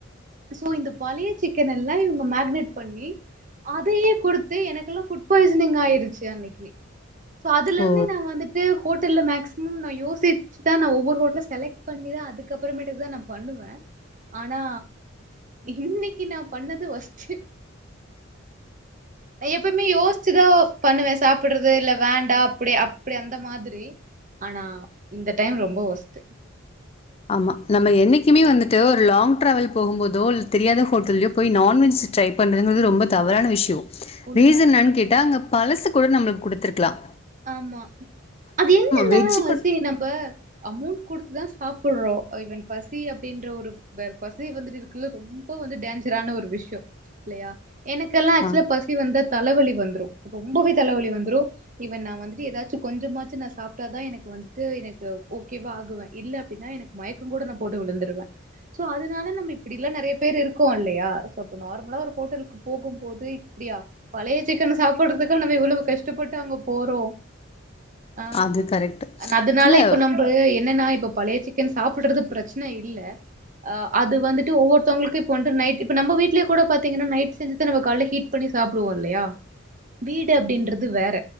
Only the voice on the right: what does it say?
சோ இந்த பழைய சிக்கன் எல்லாம் இவங்க மேரினேட் பண்ணி அதயே குடுத்து எனக்கெல்லாம் புபுட் பாய்சனிங் ஆயிருச்சு அன்னைக்கு சோ அதுல இருந்தே
நான வந்துட்டு ஹோட்டல மேக்சிமம் நான யோசிச்சு தான் நான ஒவ்வொரு ஹோட்டல செலக்ட் பண்ணிதான் தா நான பண்ணுவேன் ஆனா இன்னைக்கி நான பண்ணது வொஸ்ட்டு நான எப்யுமே யோசிச்சுதா பண்ணுவேன் சாப்படுறது இல்ல வேண்டாம் அப்டி அப்டி அந்த மாரி ஆனா இந்த டைம் ரொம்ப வொஸ்ட்டு
உண்ம
ஆமா அது என்னன்னா
செரி நம்ம அமௌண்ட் கொடுத்துதான் சாப்புடுறோம் இவன் பசி அப்படின்ற ஒரு வே பசி வந்துட்டு இருக்குறது ரொம்ப வந்து டேஞ்சரான ஒரு விஷயம் இல்லையா எனக்கெல்லாம் ஆக்சுவலா
பசி வந்த தலைவலி வந்துடும் ரொம்பவே தலைவலி வந்துடும் இவன் நான வந்துட்டு ஏதாச்சும் கொஞ்சமாச்சு நான சாப்பட்டாதான் எனக்கு வந்துட்டு எனக்கு ஓகேவா ஆகுவேன் இல்ல அப்டின்னா எனக்கு மயக்கம் கூட நான போட்டு விழுந்துடுவேன் சோ அதனால நம்ம இப்டில்லாம் நெறைய பேர் இருக்கோம் இல்லயா அப்ப நார்மலா ஒரு ஹோட்டலுக்கு போகும் போது இப்டியா பழைய சிக்கன் சாப்படுறதுக்க நம்ம எவ்வளவு கஷ்டப்பட்டு அங்க போறோ ஆஹ்
அதனால
இப்ப நம்ம என்னன்னா இப்ப பழைய சிக்கன் சாப்படுறது பிரச்சன இல்ல அஹ அது வந்துட்டு ஒவ்வொருத்தவங்களுக்கும் இப்ப வந்துட்டு நைட் இப்ப நம்ம வீடலயே கூட பாத்தீங்கன்னா நைட் செஞ்சுத நம்ம கால ஹீட் பண்ணி சாப்படுவோம் இல்லயா வீடு அப்டின்றது வேற